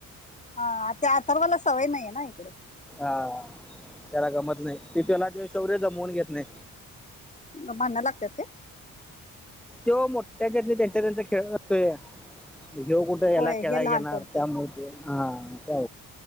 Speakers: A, on the left; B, in the centre.
A: ह त्या अथर्वला सवय नाहीये ना इकडे.
B: हा त्याला गमत नाही तो त्याला तो शौर्य जमवून घेत नाही.
A: मग भाडणं लागतात काय?
B: त्यो मोठ्याच्यातनी त्यांच त्यांच खेळत असतोय. ह्यो कुठ ह्याला
A: होय
B: खेळायला
A: हे लहान
B: घेणार
A: पडते
B: त्यामुळ हा त्या